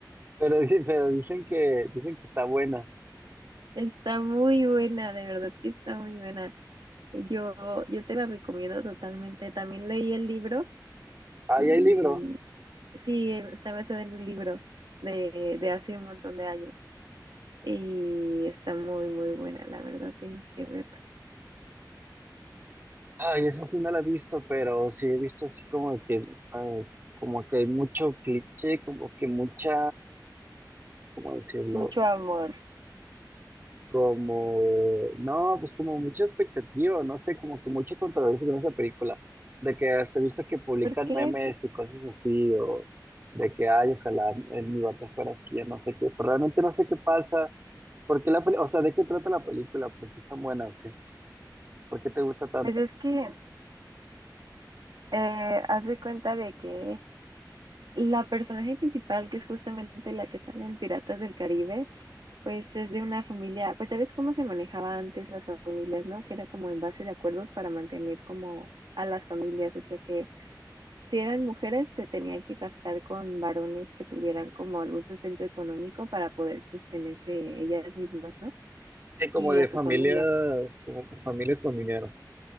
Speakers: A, on the right; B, on the right.
A: pero, dice- pero dicen que, dicen que está buena.
B: Está muy buena, de verdad que está muy buena. Yo, yo te la recomiendo totalmente. También leí el libro
A: Ahí
B: y
A: hay libro.
B: sí, está basada en un libro de, de hace un montón de años. Y está muy, muy buena, la verdad, tienes que verla.
A: Ay, esa sí no la he visto, pero sí he visto así como que, eh, como que hay mucho cliché, como que mucha, ¿cómo decirlo?
B: Mucho amor.
A: Como, no, pues como mucha expectativa, no sé, como que mucha controversia con esa película, de que hasta he visto que publican
B: ¿Por qué?
A: memes y cosas así, o de que, ay, ojalá eh, mi vato fuera así, o no sé qué, pero realmente no sé qué pasa, porque la peli, o sea, ¿de qué trata la película? ¿Por qué es tan buena o qué? ¿Por qué te gusta tanto?
B: Pues es que eh, haz de cuenta de que la personaje principal, que es justamente la que sale en Piratas del Caribe, Pues es de una familia, pues ya ves cómo se manejaba antes las familias, ¿no? Que era como en base de acuerdos para mantener como a las familias, o sea que si eran mujeres te tenían que casar con varones que tuvieran como algún sustento económico para poder sostenerse ellas mismas, ¿no?
A: Sí, como
B: Y
A: de
B: a
A: familias,
B: su familia.
A: como familias con dinero.